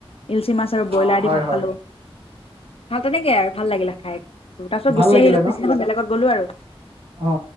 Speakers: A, on the left; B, on the right.
A: ইলচি মাছ আৰু ব্ৰইলাৰ
B: অ হয়
A: দি ভাত
B: হয়
A: খালোঁ, ভাল তেনেকে আৰু ভাল লাগিলা খাই। তাৰপাছত
B: ভাল
A: গুচি
B: লাগিলে
A: আহিলোঁ, পিছদিনাখন
B: ন
A: বেলেগত গ'লোঁ আৰু।
B: অ'।